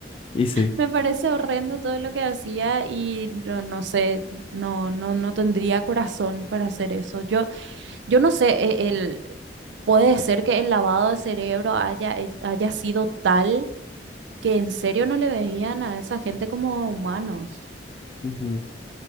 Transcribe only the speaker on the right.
Me parece horrendo todo lo que hacía y no, no sé, no, no, no tendría corazón para hacer eso. Yo, yo no sé, e- el, puede ser que el lavado de cerebro haya, es- haya sido tal que en serio no le veían a esa gente como humanos.